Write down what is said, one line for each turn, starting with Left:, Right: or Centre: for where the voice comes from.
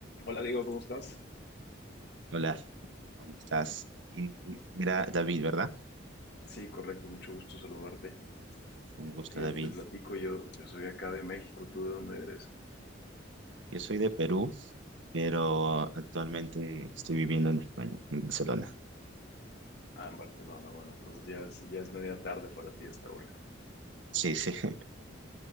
Left: Hola Diego, ¿cómo estás?
Right: Hola, ¿cómo estás? Y Mira, David, ¿verdad?
Left: Sí, correcto, mucho gusto saludarte.
Right: Un gusto,
Left: Fíjate,
Right: David.
Left: te platico, yo, yo soy acá de México, ¿tú de dónde eres?
Right: Yo soy de Perú, pero actualmente estoy viviendo en España, en Barcelona.
Left: Ah, en Barcelona, bueno, entonces ya es, ya es media tarde para ti a esta hora.
Right: Sí, sí. <laughs>